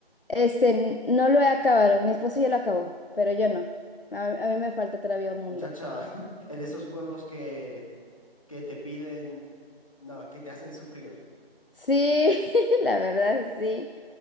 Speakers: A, on the left (about 60°); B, on the left (about 30°).
A: Este, n- no lo he acabado. Mi esposo ya lo acabó, pero yo no. A, a mí me falta todavía un mundo.
B: Muchacha, <laughs> en esos juegos que, que te piden, no, que te hacen sufrir.
A: Sí, <laughs> la verdad sí.